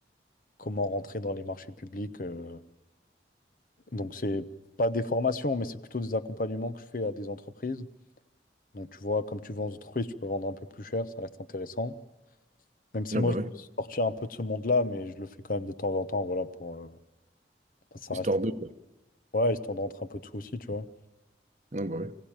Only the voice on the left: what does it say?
comment rentrer dans les marchés publics. euh. Donc, c'est pas des formations, mais c'est plutôt des accompagnements que je fais à des entreprises. Donc, tu vois, comme tu vends aux entreprises, tu peux vendre un peu plus cher, ça reste intéressant. Même si
moi,
je veux sortir un peu de ce monde-là, mais je le fais quand même de temps en temps, voilà, pour euh, ça
reste.
Ouais, histoire d'entrer un peu de tout aussi, tu vois.